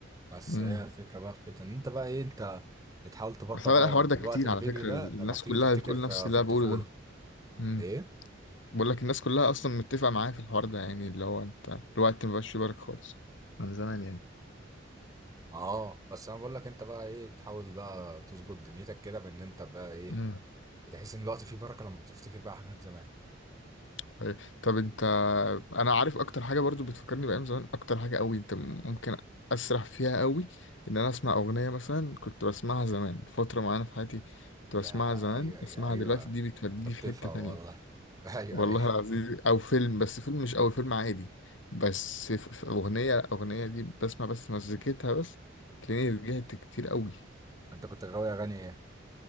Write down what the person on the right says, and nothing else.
بس
هي الفكرة بقى في كده ان انت بقى ايه انت بتحاول تبطئ
بقى
ال-
الوقت
اللي
بيجري
ده
لما بتيجي
تفتكر
في,
في الطفولة
ايه
اه بس انا بقول لك انت بقى ايه تحاول بقى تظبط دنيتك كده بان انت بقى ايه
بتحس ان الوقت فيه بركة لما بتفتكر بقى حاجات زمان
يا
ايوه
يا ايوه
انت
بتفهم
والله <laughs> ايوه
ايوه
انت كنت غاوي اغاني ايه